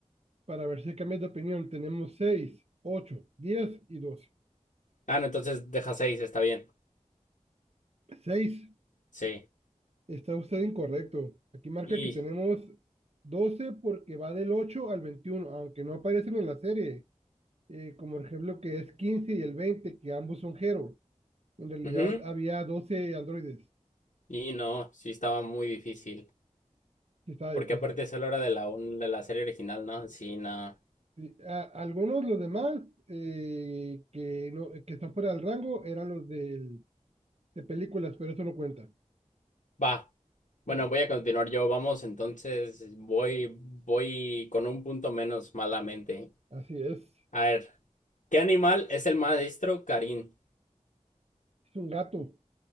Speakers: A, on the right (about 55°); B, on the left (about 75°).
A: para ver si cambias de opinión. Tenemos seis, ocho, diez y 12.
B: Ah, no, entonces deja seis, está bien.
A: Seis.
B: Sí.
A: Está usted incorrecto. Aquí marca
B: Y,
A: que tenemos 12 porque va del 8 al 21, aunque no aparecen en la serie. eh, como el ejemplo que es 15 y el 20 que ambos son Hero. En realidad
B: ujú.
A: había 12 androides,
B: Y no, sí estaba muy difícil.
A: que estaba
B: Porque
A: difícil.
B: aparte es a la hora de la, un- de la serie original, ¿no? Sí, no.
A: Y a- algunos, los demás, eh, que, no, que están fuera del rango, eran los del- de películas, pero eso no cuenta.
B: Va. Bueno,
A: Bueno,
B: voy a continuar yo. Vamos, entonces voy, voy con un punto menos malamente.
A: así es.
B: A ver, ¿qué animal es el maestro Karim?
A: Es un gato.